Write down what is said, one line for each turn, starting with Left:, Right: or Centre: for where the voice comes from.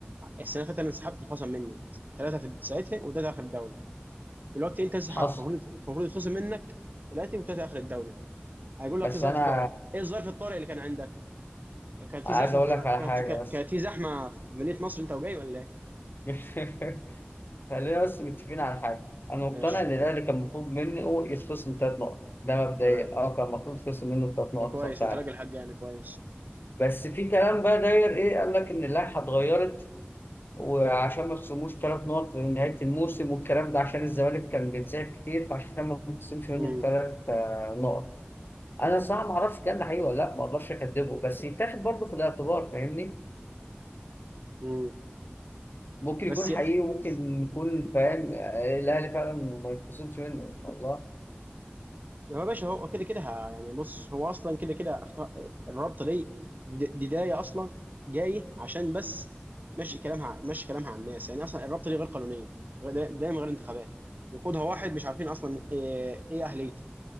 Right: السنه اللي فاتت انا انسحبت واتخصم مني ثلاثه في ساعتها وده اخر الدوري دلوقتي انت انسحبت
Left: حصل
Right: المفروض المفروض يتخصم منك ثلاثه وثلاثه اخر الدوري هيقول لك
Left: بس
Right: في ظرف
Left: انا
Right: طارئ ايه الظرف الطارئ اللي كان عندك كان في
Left: عايز
Right: زحمه
Left: اقول
Right: في م...
Left: لك على
Right: كانت
Left: حاجه
Right: في...
Left: بس
Right: كانت في زحمه في مدينه نصر انت وجاي ولا ايه
Left: <laughs> خلينا بس متفقين على حاجة أنا
Right: ماشي
Left: مقتنع إن الأهلي كان المفروض مني هو يتخصم تلات نقط ده مبدئيا
Right: تمام
Left: أه كان المفروض يتخصم منه تلات نقط
Right: طب كويس
Left: صح فعلا
Right: انت راجل حق يعني كويس
Left: بس في كلام بقى داير إيه قال لك إن اللائحة اتغيرت وعشان ما يخصموش تلات نقط في نهاية الموسم والكلام ده عشان الزمالك كان بيتسحب كتير فعشان ما يتخصمش منه
Right: امم
Left: التلات آه، نقط أنا صراحة ما أعرفش الكلام ده حقيقي ولا لأ ما أقدرش أكدبه بس يتاخد برضه في الاعتبار فاهمني
Right: امم
Left: ممكن
Right: بس
Left: يكون حقيقي وممكن يكون فاهم آه، الأهلي فعلا ما يتخصمش منه الله
Right: هو يا باشا هو كده كده ه- يعني بص هو اصلا كده كده اختار الرابطه دي د- بدايه اصلا جاي عشان بس ماشي كلامها ماشي كلامها على الناس يعني اصلا الرابطه دي غير قانونيه غ- دا- دايما غير انتخابات يقودها واحد مش عارفين اصلا ايه إيه اهليته